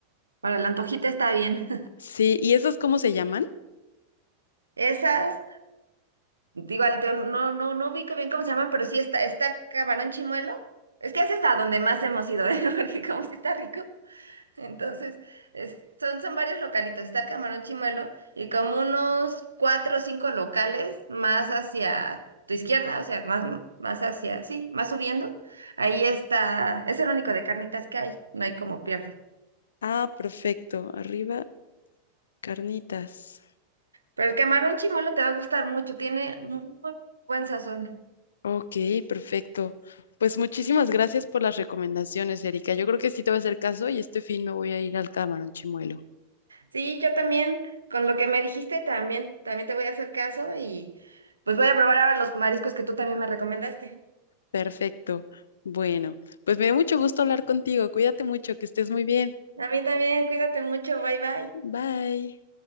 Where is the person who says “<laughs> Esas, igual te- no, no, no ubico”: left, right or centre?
Right